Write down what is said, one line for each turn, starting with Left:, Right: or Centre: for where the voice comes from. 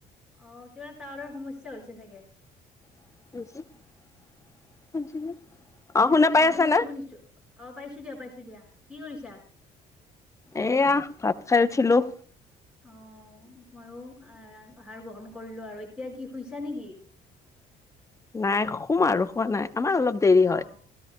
Centre: অ' কিবা টাৱাৰৰ সমস্যা হৈছে চাগে।
Left: <unintelligible> পাই
Centre: অ' শুনিছো
Left: আছা না?
Centre: শুনিছো। অ পাইছো দিয়া, পাইছো দিয়া। কি কৰিছা?
Left: এইয়া ভাত খাই উঠিলোঁ।
Centre: অ' ময়ো। আহাৰ গ্ৰহণ কৰিলো আৰু। এতিয়া কি শুইছা নেকি?
Left: নাই সোম আৰু সোৱা নাই। আমাৰ অলপ দেৰি
Centre: অ
Left: হয়।